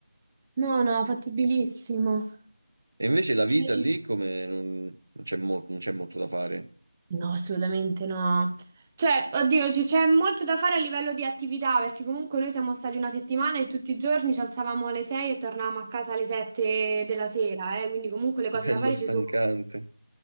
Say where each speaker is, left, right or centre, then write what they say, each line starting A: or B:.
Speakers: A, on the right; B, on the right.
A: No, no, fattibilissimo.
B: E invece la vita
A: Eh,
B: lì come non, non c'è mol- non c'è molto da fare.
A: No, assolutamente no. Cioè, oddio, ci- c'è molto da fare a livello di attività, perché comunque noi siamo stati una settimana e tutti i giorni ci alzavamo alle 6 e tornavamo a casa alle 7 della sera, eh, quindi comunque le cose
B: Bello
A: da fare
B: stancante.
A: ci sono.